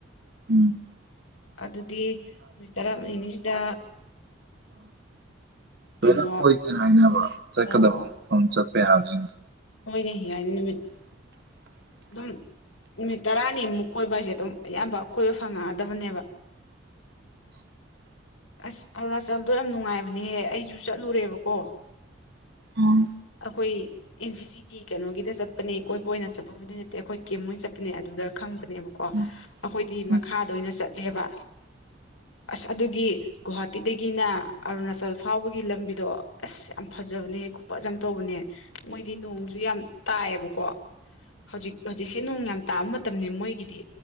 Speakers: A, on the right; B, on the left.
A: ꯎꯝ
B: ꯑꯗꯨꯗꯤ ꯅꯨꯃꯤꯠ ꯇꯔꯥꯃꯔꯤꯅꯤꯁꯤꯗ ꯀꯩꯅꯣ
A: ꯑꯅ ꯀꯣꯏꯅꯕ ꯆ
B: ꯑꯣ
A: ꯀꯗꯕ
B: ꯑꯣ
A: ꯍ ꯆꯄꯦ ꯍꯥꯏ
B: ꯍꯣꯏꯅꯦ ꯌꯥꯏꯅꯤ ꯅꯨꯃꯤꯠ ꯑꯗꯨꯝ ꯅꯨꯃꯤꯠ ꯇꯔꯥꯅꯤꯃꯨꯛ ꯀꯣꯏꯕ ꯍꯥꯏꯁꯦ ꯑꯗꯨꯝ ꯑꯌꯥꯝꯕ ꯀꯣꯏꯕ ꯐꯪꯉꯛꯑꯗꯕꯅꯦꯕ
A: <unintelligible>
B: ꯑꯁ ꯑꯔꯨꯅꯥꯆꯜꯗꯣ ꯌꯥꯝ ꯅꯨꯡꯉꯥꯏꯕꯅꯦꯍꯦ ꯑꯩꯁꯨ ꯆꯠꯂꯨꯔꯦꯕꯀꯣ
A: ꯎꯝ
B: ꯑꯩꯈꯣꯏ ꯑꯦꯟ ꯁꯤ ꯁꯤꯒꯤ ꯀꯩꯅꯣꯒꯤꯗ ꯆꯠꯄꯅꯦ ꯀꯣꯏꯕ ꯑꯣꯏꯅ ꯆꯠꯄ ꯑꯗꯨꯏ ꯅꯠꯇꯦ ꯑꯩꯈꯣꯏ ꯀꯦꯝ ꯃꯣꯏ ꯆꯠꯄꯅꯦ ꯑꯗꯨꯗ ꯈꯪꯕꯅꯦꯕꯀꯣ
A: ꯎꯝ
B: ꯑꯩꯈꯣꯏꯗꯤ
A: ꯎꯝ
B: ꯃꯈꯥꯗ ꯑꯣꯏꯅ ꯆꯠꯂꯦꯕ ꯑꯁ ꯑꯗꯨꯒꯤ ꯒꯣꯍꯥꯇꯤꯗꯒꯤꯅ ꯑꯔꯨꯅꯥꯆꯜ ꯐꯥꯎꯕꯒꯤ ꯂꯝꯕꯤꯗꯣ ꯑꯁ ꯌꯥꯝ ꯐꯖꯕꯅꯦ ꯈꯨꯄꯖ ꯌꯥꯝ ꯇꯧꯕꯅꯦ ꯃꯣꯏꯗꯤ ꯅꯣꯡꯁꯨ ꯌꯥꯝ ꯇꯥꯏꯌꯦꯕꯀꯣ ꯍꯧꯖꯤꯛ ꯍꯧꯖꯤꯛꯁꯦ ꯅꯣꯡ ꯌꯥꯝ ꯇꯥꯕ ꯃꯇꯝꯅꯤ ꯃꯣꯏꯒꯤꯗꯤ